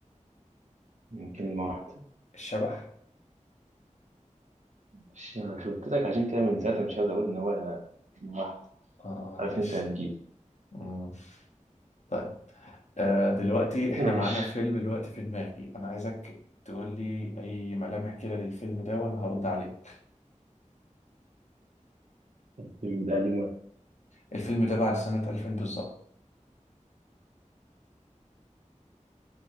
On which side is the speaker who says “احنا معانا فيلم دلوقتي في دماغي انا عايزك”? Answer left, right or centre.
Left